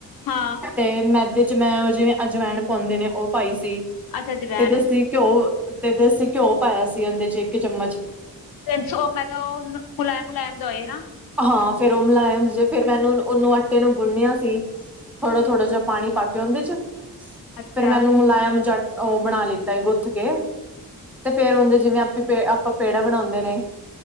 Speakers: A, on the left; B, in the centre.
A: ਹਾਂ।
B: ਤੇ ਮੈਦੇ'ਚ ਮੈਂ ਉਹ ਜਿਵੇਂ ਅਜਵੈਨ ਪਾਉਂਦੇ ਨੇ, ਉਹ ਪਾਈ ਸੀ
A: ਅੱਛਾ ਜਵੈਨ
B: ਤੇ ਦੇਸੀ ਘਿਓ, ਤੇ ਦੇਸੀ ਘਿਓ ਪਾਇਆ ਸੀ ਉਹਦੇ'ਚ ਇੱਕ ਚਮਚ।
A: ਤਿੰਨ ਸੌ ਮੈਂ ਤਾਂ ਉਹ, ਮੁਲਾਇਮ-ਮੁਲਾਇਮ ਜਾ ਹੋਏ ਨਾ।
B: ਹਾਂ ਫੇਰ, ਉਹ ਮੁਲਾਇਮ ਜੇ ਫੇਰ, ਮੈਨੂੰ ਉਹਨੂੰ ਆੱਟੇ ਨੂੰ ਗੁੰਨਿਆ ਸੀ। ਥੋੜਾ-ਥੋੜਾ ਜਿਹਾ ਪਾਣੀ-ਪਾ ਕੇ ਉਹਦੇ'ਚ,
A: ਅੱਛਾ
B: ਫੇਰ ਮੈਨੂੰ ਮੁਲਾਇਮ ਜਾ ਉਹ ਬਣਾ ਲਿੱਤਾ ਹੈ ਗੁੱਥ ਕੇ। ਤੇ ਫੇਰ ਔਂਦੇ ਜਿਵੇਂ ਆਪ, ਆਪਾਂ ਪੇੜਾ ਬਣਾਉਂਦੇ ਨੇ।